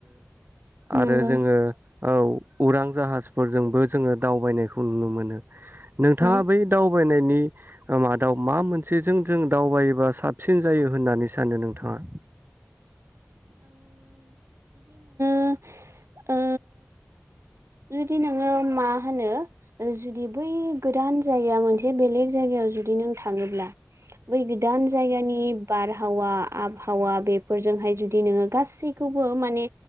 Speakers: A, on the right (about 80°); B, on the right (about 50°).
A: नंगौ
B: आरो जोङो औ उरां जाहाजफोरजोंबो जोङो दावबायनायखौ नुनो मोनो। नोंथाङा
A: औ
B: बै दाव फरायनायनि मादाव मा मोनसे जों दावबाय साबसिन जायो होननानै सानो नोंथाङा
A: उ उ जुदि नोङो मा होनो जुदि बै गोदान जायगा मोनसे बेलेग जायगायाव जुदि नों थाङोब्ला बै गोदान जायगानि बारहावा आबहावा बेफोरजोंहाय जुदि नोङो गासैखौबो माने